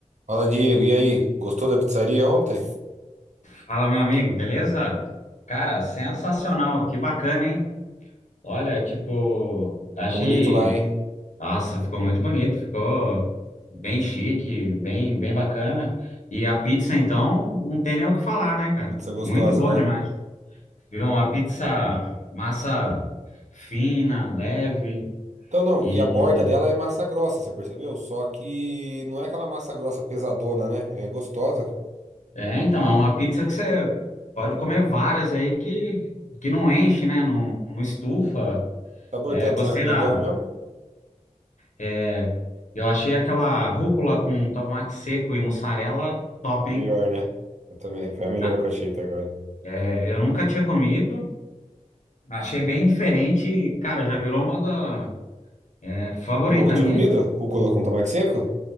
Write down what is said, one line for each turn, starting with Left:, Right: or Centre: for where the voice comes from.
Right: Fala, Diego. E aí? Gostou da pizzaria ontem? Ficou
Left: Fala, meu amigo, beleza? Cara, sensacional, que bacana, hein? Olha, tipo, achei.
Right: bonito lá, hein?
Left: Nossa, ficou muito bonito, ficou bem chique, bem, bem bacana. E a pizza, então, não tem nem o que falar, né, cara?
Right: Pizza gostosa,
Left: Muito boa
Right: né?
Left: demais. Viu? Uma pizza massa fina, leve.
Right: Então, não,
Left: E.
Right: e a borda dela é massa grossa, você percebeu? Só que não é aquela massa grossa pesadona, né? É gostosa, cara.
Left: É, então, é uma pizza que você pode comer várias aí que, que não enche, né? Não, não estufa.
Right: Sabor
Left: É,
Right: tanto,
Left: gostei
Right: né? Pegamos
Left: da.
Right: mesmo?
Left: É, eu achei aquela rúcula com tomate seco e mussarela top,
Right: É melhor,
Left: hein?
Right: né? Eu também. Foi a melhor
Left: Ah,
Right: que eu achei até agora.
Left: é, eu nunca tinha comido, achei bem diferente e, cara, já virou uma da é, favorita
Right: Eu nunca tinha
Left: minha.
Right: comido? Rúcula com tomate seco?